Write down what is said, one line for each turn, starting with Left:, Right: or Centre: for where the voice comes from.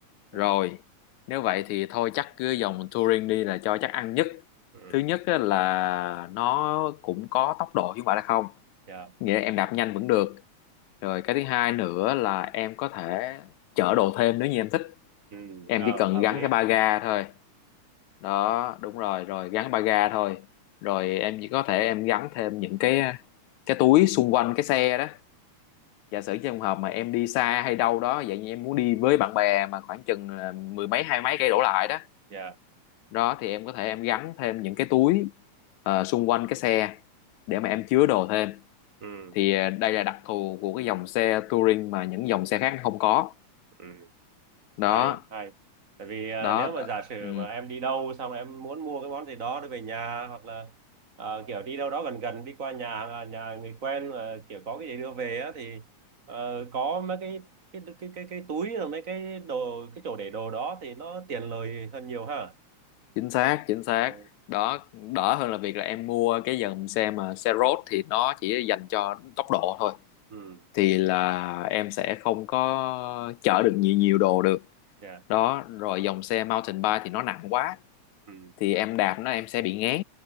Right: ừ
Left: rồi nếu vậy thì thôi chắc cứ dòng touring đi là cho chắc ăn nhất
Right: ừ
Left: thứ nhất á là nó cũng có tốc độ chứ không phải là không
Right: dạ
Left: nghĩa là em đạp nhanh vẫn được rồi cái thứ hai nữa là em có thể chở đồ thêm nếu như em thích
Right: ừ
Left: em
Right: ờ,
Left: chỉ cần
Right: hợp
Left: gắn
Right: lý
Left: cái ba ga thôi đó đúng rồi rồi gắn ba ga thôi rồi em chỉ có thể em gắn thêm những cái cái túi xung quanh cái xe đó giả sử trong trường hợp mà em đi xa hay đâu đó vậy như em muốn đi với bạn bè mà khoảng chừng là mười mấy hai mấy cây đổ lại đó
Right: dạ
Left: đó thì em có thể em gắn thêm những cái túi ờ, xung quanh cái xe để mà em chứa đồ thêm
Right: ừ
Left: thì ờ, đây là đặc thù của cái dòng xe touring mà những dòng xe khác không có
Right: ừ
Left: đó
Right: hay hay tại vì ờ,
Left: đó
Right: nếu mà giả sử
Left: ừ,
Right: mà em đi đâu xong em muốn mua cái món gì đó để về nhà hoặc là ờ, kiểu đi đâu đó gần gần đi qua nhà à, nhà người quen mà kiểu có cái gì đưa về á thì ờ, có mấy cái cái cái cái cái túi rồi mấy cái đồ cái chỗ để đồ đó thì nó tiện lợi hơn nhiều ha
Left: chính xác chính xác
Right: ừ
Left: đó đỡ hơn là việc là em mua cái dòng xe mà xe road thì nó chỉ dành cho tốc độ thôi
Right: ừ
Left: thì là em sẽ không có chở được nhiều nhiều đồ được
Right: dạ
Left: đó rồi dòng xe mountain bike thì nó nặng quá
Right: ừ
Left: thì em đạp nó em sẽ bị ngán